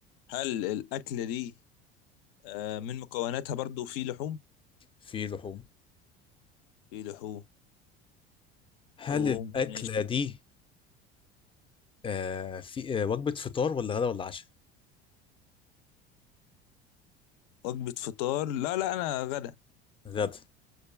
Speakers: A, on the left (about 60°); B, on the left (about 15°).
A: هل الأكلة دي آه، من مكوناتها برضو في لحوم
B: في لحوم
A: في لحوم
B: هل
A: لحوم
B: الأكلة
A: ماشي
B: دي آه في آه وجبة فطار ولا غدا ولا عشاء؟
A: وجبة فطار لا لا أنا غدا
B: غدا
A: أنا